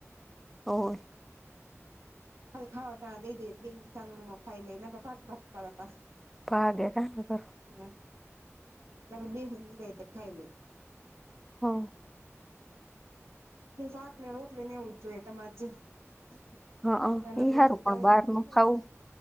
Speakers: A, in the centre; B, on the right (about 70°).
A: હો.
B: ખાલી ખાવા ટાણે દઈ દીય બેહીને સાણો માણો ખાઈ લે નઈ તો ટક ટક કરે પાસું.
A: તમારા ડેડા સુ કરે.
B: <unintelligible>
A: હા.
B: બે શાક ને રોટલી એવું જ જોઈએ તમાર જેમ. <unintelligible>
A: હા
B: એક રોટલી
A: ઈ હારું પણ બહાર
B: ખઈ ને
A: નું
B: તો
A: ખાવું